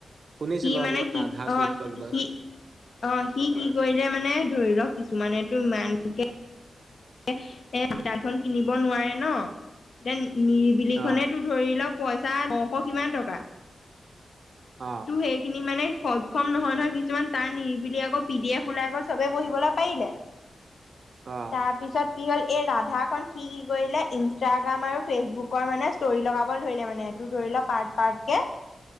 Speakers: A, on the right; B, on the left.
A: শুনিছিলো
B: সি
A: অ
B: মানে,
A: কিবা
B: কি
A: ৰাধা
B: অ'
A: চৰিত্ৰ কিবা
B: সি অ সি কি কৰিলে মানে ধৰি লওক কিছুমানেতো ইমানকে এ এ দাইখনন কিনিব নোৱাৰে ন এয়া নিৰিবিলি খনেতো
A: অ
B: ধৰি লওক পইচা নশ কিমান টকা।
A: অ
B: তো সেইখিনি মানে সক্ষম নহয় নহয় কিছুমান টান নিবিলি আকৌ পি ডি এফ ওলাই গ'ল চবে পঢ়িবলৈ পাৰিলে।
A: অ
B: তাৰপিছত কি হ'ল এই ৰাধাখন সি কি কৰিলে, ইনষ্টাগ্ৰাম আৰু ফেচবুকৰ মানে ষ্টৰি লগাব ধৰিলে মানে ধৰি ল পাৰ্ট পাৰ্টকে,